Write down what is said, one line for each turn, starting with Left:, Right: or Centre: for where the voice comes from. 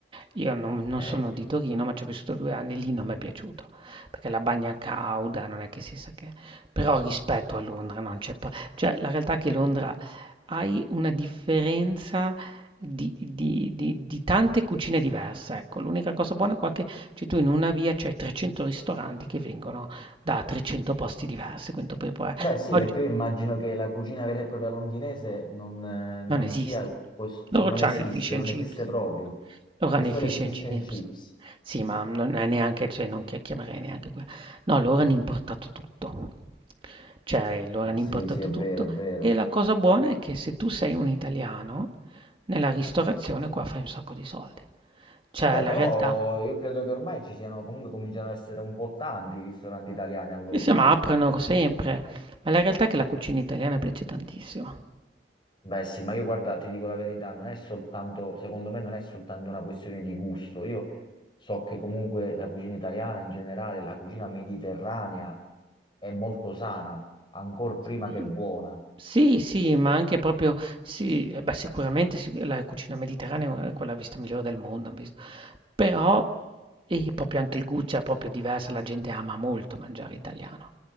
Right: Io non
Left: Ok.
Right: non sono di Torino, ma ci ho vissuto 2 anni, lì non m'è piaciuto, perché la bagna cauda, non è che si sa che però rispetto a Londra non c'è pa cioè la realtà è che Londra hai una differenza di di di di tante cucine diverse, ecco. L'unica cosa buona qua è che cioè tu in una via c'hai 300 ristoranti che vengono da 300 posti diversi, quindi tu puoi provare
Left: Beh sì,
Right: oggi
Left: perché io immagino che la cucina vera e propria londinese non, eh, non
Right: Non esiste.
Left: sia, quest-
Right: Loro
Left: non
Right: c'hanno
Left: esiste,
Right: il fish and
Left: non
Right: chips.
Left: esiste proprio.
Right: Loro
Left: C'è
Right: hanno
Left: solo
Right: il fish
Left: il fish
Right: and chips.
Left: and chips.
Right: Sì, ma non è neanche, cioè non che chiamerei neanche quello. No, loro hanno importato tutto. Cioè, loro
Left: Eh,
Right: hanno
Left: sì,
Right: importato
Left: sì, è vero,
Right: tutto.
Left: è vero.
Right: E la cosa buona è che se tu sei un italiano, nella ristorazione qua fai un sacco di soldi. Cioè,
Left: Beh,
Right: la
Left: però
Right: realtà,
Left: io credo che ormai ci siano, comunque cominciano ad essere un po' tanti i ristoranti italiani a Londra.
Right: sì, sì, ma aprono sempre. Ma la realtà è che la cucina italiana piace tantissimo.
Left: Beh sì, ma io guarda, ti dico la verità, non è soltanto, secondo me non è soltanto una questione di gusto. Io so che comunque la cucina italiana in generale, la cucina mediterranea è molto sana, ancor prima
Right: Sì.
Left: che buona.
Right: Sì, sì, ma anche proprio sì, eh beh, sicuramente sic la cucina mediterranea è quella vista migliore del mondo, han visto. Però e proprio anche il gusto è proprio diversa, la gente ama molto mangiare italiano.